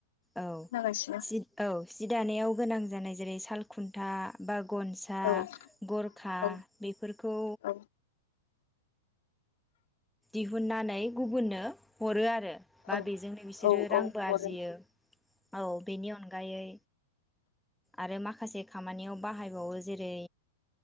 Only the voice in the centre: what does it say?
औ
सि औ सि दानायाव गोनां जानाय जेरै साल खुन्था बा गनसा
गरखा
बेफोरखौ
दिहुननानै गुबुननो। हरो आरो बा
बेजोंनो बिसोरो रांबो
आरजियो, औ बेनि अनगायै आरो मा खासे खामानियाव बाहायबावो जेरै